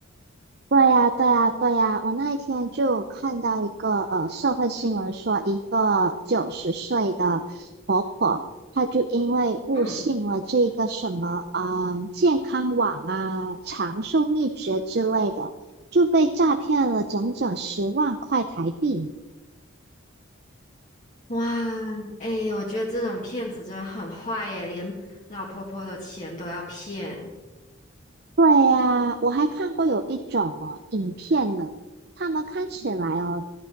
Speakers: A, on the right; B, on the left.
A: 对呀，对呀，对呀！我那一天就看到一个呃社会新闻说，一个九十岁的婆婆，她就因为误信了这个什么啊、
B: 嗯，
A: 呃健康网啊、长寿秘诀之类的，就被诈骗了整整十万块台币呢。
B: 哇，诶，我觉得这种骗子真的很坏耶，连老婆婆的钱都要骗。
A: 对呀，我还看过有一种哦影片呢，他们看起来哦，